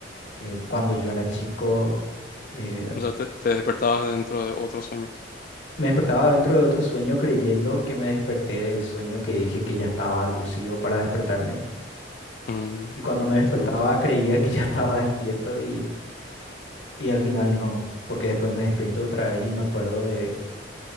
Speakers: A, on the left (about 80°); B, on the left (about 50°).
A: eh, cuando yo era chico. eh,
B: O sea, te, te despertabas dentro de otro sueño.
A: me despertaba dentro de otro sueño creyendo que me desperté del sueño que dije que ya estaba lúcido para despertarme.
B: Mm.
A: Y cuando me despertaba
B: Qué loco.
A: creía que ya <laughs> estaba despierto y, y al final no, porque después me despierto otra vez y me acuerdo de,